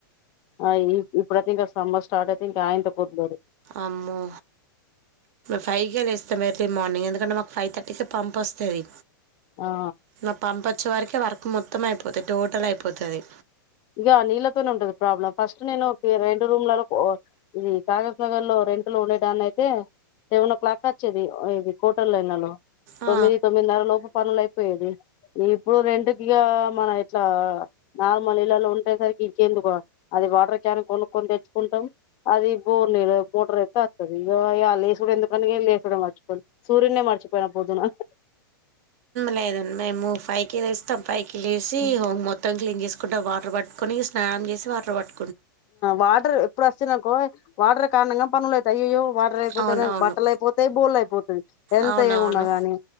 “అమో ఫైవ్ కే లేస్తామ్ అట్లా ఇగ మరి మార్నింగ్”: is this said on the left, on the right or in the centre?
Right